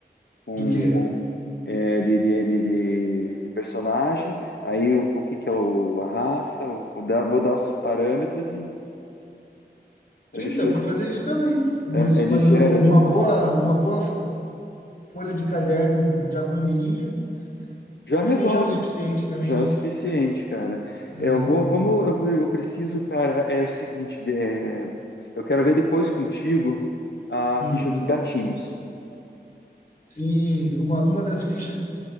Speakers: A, on the left; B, on the left.
A: com,
B: Do quê?
A: com, é, de, de, de, de- de personagem, aí o, o que que é o, a raça, o- o da- vou dar os parâmetros e Ele,
B: Sim,
A: che-
B: dá para fazer isso também. Mas,
A: é, ele
B: mas
A: gera
B: o-
A: ali.
B: uma boa, uma boa folha de caderno já com linhas
A: Já resolve.
B: também já é o suficiente também,
A: Já
B: né?
A: é o suficiente, cara.
B: Uhum.
A: É, eu vou, vamos, eu, vou- eu preciso, cara, é o seguinte, de- é, eu quero ver depois contigo a
B: Hum.
A: ficha dos gatinhos.
B: Sim, uma, uma das fichas